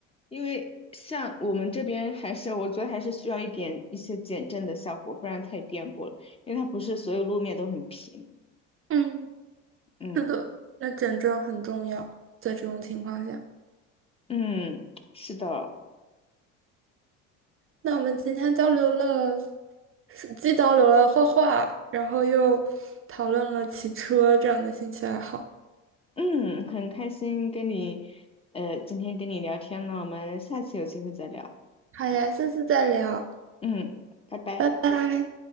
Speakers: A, on the left; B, on the right.
A: 因为像我们这边还是我觉得还是需要一点一些减震的效果，不然太颠簸了。因为它不是所有路面都很平。
B: 嗯，
A: 嗯
B: 是的，那减震很重要，在这种情况下。
A: 嗯，是的，
B: 那我们今天交流了，是既交流了画画，然后又讨论了骑车这样的兴趣爱好。
A: 嗯，很开心跟你呃今天跟你聊天呢，我们下次有机会再聊。
B: 好呀，下次再聊，
A: 嗯，拜拜。
B: 拜拜。